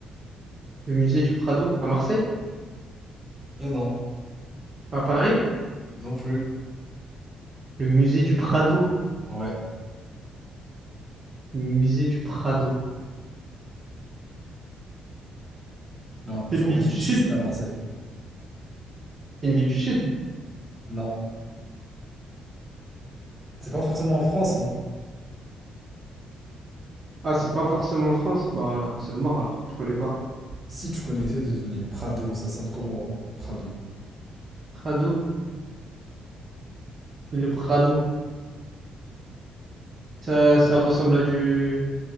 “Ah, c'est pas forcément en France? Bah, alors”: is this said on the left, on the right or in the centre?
Right